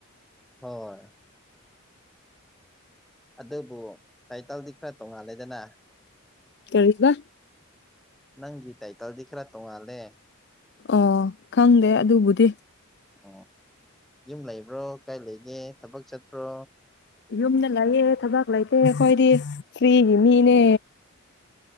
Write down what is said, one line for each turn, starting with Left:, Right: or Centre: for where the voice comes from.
Centre: ꯍꯣꯏ ꯑꯗꯨꯕꯨ ꯇꯥꯏꯇꯜꯗꯤ ꯈꯔ ꯇꯧꯉꯜꯂꯦꯗꯅ
Left: ꯀꯔꯤꯁꯕ
Centre: ꯅꯪꯒꯤ ꯒꯤ ꯇꯥꯏ ꯀꯜ ꯈ꯭ꯔꯥ ꯇꯍꯦ
Left: ꯑꯣ ꯈꯪꯗꯦ ꯑꯗꯨꯕꯨꯗꯤ
Centre: ꯑꯣ ꯌꯨꯝ ꯂꯩꯕ꯭ꯔꯣ ꯀꯥꯏ ꯂꯩꯒꯦ ꯊꯕꯛ ꯆꯠꯄ꯭ꯔꯣ
Left: ꯌꯨꯝꯗ ꯂꯑꯦ ꯊꯕꯛ ꯂꯩꯇꯦ ꯑꯩꯈꯣꯏꯗꯤ ꯐꯔꯤ ꯃꯤꯅꯦ